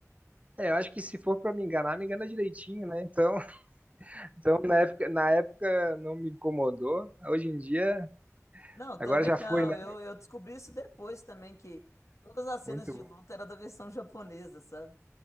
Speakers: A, on the right (about 25°); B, on the left (about 65°).
A: é, eu acho que se for para me enganar, me engana direitinho, né? Então, <laughs> então na época, na época não me incomodou. Hoje em dia,
B: Não,
A: agora
B: também
A: já foi,
B: não.
A: né?
B: Eu, eu descobri isso depois também, que todas as cenas
A: Muito
B: de
A: bom,
B: luta eram da versão japonesa, sabe?